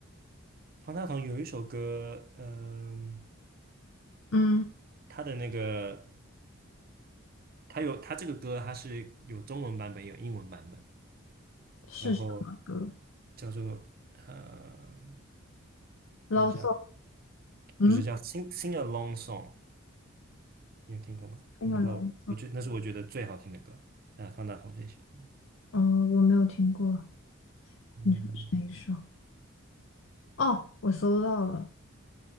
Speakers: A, on the right (about 45°); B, on the left (about 65°).
A: 方大同有一首歌，嗯、
B: 嗯，
A: 他的那个，他有他这个歌，它是有中文版本，有英文版本，
B: 是什么歌
A: 然后叫做呃，
B: l
A: 看一下，
B: o 嗯，
A: 不是叫《Sing Sing a Long Song》，你有听过吗？
B: 那个
A: 然后我觉那是我觉得最好听的歌，
B: l o v
A: 那方大同最喜欢
B: 哦，我没有听过。
A: 嗯，
B: 你说是哪一首？哦，我搜到了。